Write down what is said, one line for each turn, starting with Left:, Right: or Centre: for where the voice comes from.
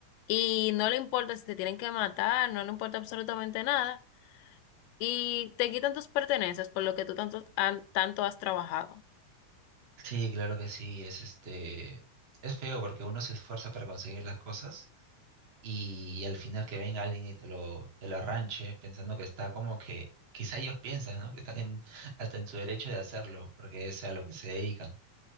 Left: y no le importa si te tienen que matar, no le importa absolutamente nada y te quitan tus pertenencias por lo que tú tanto, han- tanto has trabajado.
Right: Sí, claro que sí, es este, es feo porque uno se esfuerza para conseguir las cosas y, al final que venga alguien y te lo, te lo arranche pensando que está como que, quizá ellos piensan, ¿no? Que están en- hasta en su derecho de hacerlo porque es a lo que se dedican,